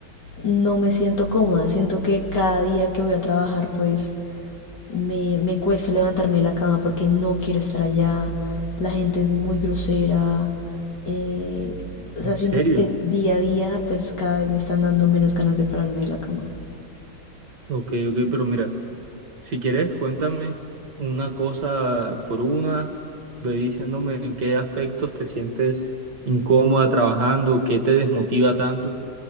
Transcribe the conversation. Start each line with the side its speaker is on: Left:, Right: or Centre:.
Left: no me siento cómoda. Siento que cada día que voy a trabajar, pues, me, me cuesta levantarme de la cama porque no quiero estar allá. La gente es muy grosera. eh, o sea,
Right: ¿En
Left: siento
Right: serio?
Left: que día a día, pues, cada vez me están dando menos ganas de pararme de la cama.
Right: Ok, ok, pero mira. Si quieres, cuéntame una cosa por una, ve diciéndome en qué aspectos te sientes incómoda trabajando, qué te desmotiva tanto.